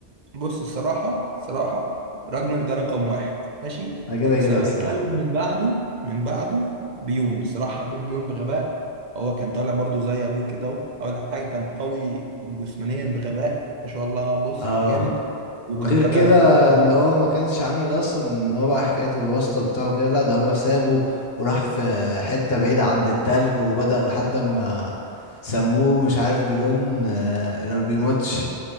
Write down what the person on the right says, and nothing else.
بص الصراحة الصراحة راجنر ده رقم واحد ماشي
بس لو هنتكلم
من بعده من بعده بيون الصراحة حبيت بيون بغباء هو كان طالع برضو زي أبوه كده أهو أول حاجة كان قوي جسمانيا بغباء ما شاء الله بص
كان جامد وكان
طالع
لأخوه بقى